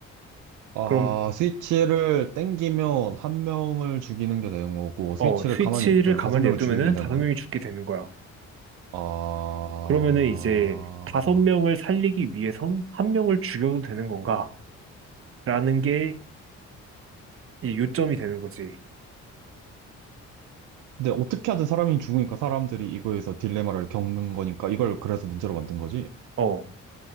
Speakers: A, on the right; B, on the right.
A: 아,
B: 그럼
A: 스위치를 땡기면 한 명을 죽이는 게 되는 거고,
B: 어
A: 스위치를
B: 스위치를
A: 가만히 있든
B: 가만히
A: 다섯 명을
B: 냅두면은
A: 죽이는 게 되는
B: 다섯
A: 거야?
B: 명이 죽게 되는 거야.
A: 아,
B: 그러면은 이제 다섯 명을 살리기 위해선 한 명을 죽여도 되는 건가? 라는 게 이제 요점이 되는 거지.
A: 근데 어떻게 하든 사람이 죽으니까 사람들이 이거에서 딜레마를 겪는 거니까 이걸 그래서 문제로 만든 거지?
B: 어.